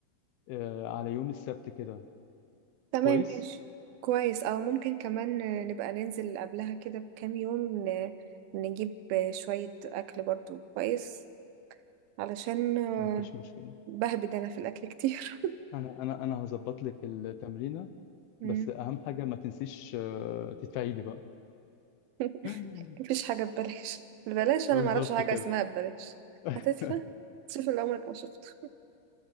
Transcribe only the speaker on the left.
آه، على يوم السبت كده
كويس
مفيش مشكلة
انا انا انا هظبط لك التمرينة
بس اهم حاجة ما تنسيش آه، تدفعي لي بقى
<laughs>
بالظبط
كده
<laughs>